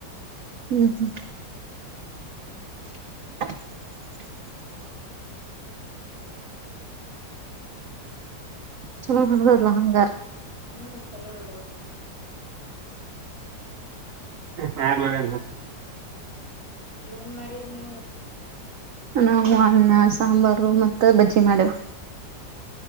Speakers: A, on the right; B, on the left.
A: ಹ್ಮ್ ಹ್ಮ್ <unintelligible> ಚಲೋ
B: ಮತ್
A: ನದಲ್ಲ ಅ ಹಕಾರಾರ
B: ಹ್ಮ್ ಚಲೋ ನಡದತಿ
A: ಹಾ ಮ
B: ಏನ್ ಮಾಡಿರ್ನಿ
A: ನಾವು ಹಣ್ಣ ಸಾಂಬಾರು ಮತ್ತ ಬಜ್ಜಿ ಮಾಡೇವ